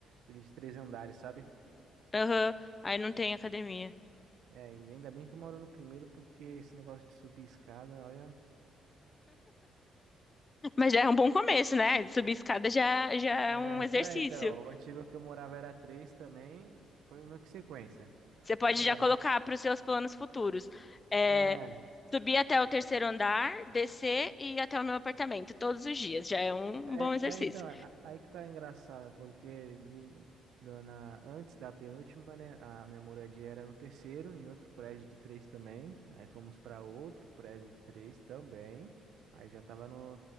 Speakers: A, on the right; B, on the left.
A: Eles de três andares, sabe?
B: Aham, Aí não tem academia.
A: Aí, é, e ainda bem que eu moro no primeiro, porque esse negócio de subir escada, olha.
B: Mas já é um bom começo, né? Subir escada já, já
A: É,
B: é um exercício.
A: tá, então, o antigo que eu morava era três também, foi meio que sequência.
B: Você pode
A: Morava.
B: já colocar para os seus planos futuros. É,
A: É,
B: subir até o terceiro andar, descer e ir até o meu apartamento todos os dias. Já é um
A: é,
B: um bom exercício.
A: é, então, a- aí que tá engraçado, porque de, dona, antes da penúltima, né, a minha moradia era no terceiro, em outro prédio de três também. Aí fomos para outro prédio de três também. Aí já tava no,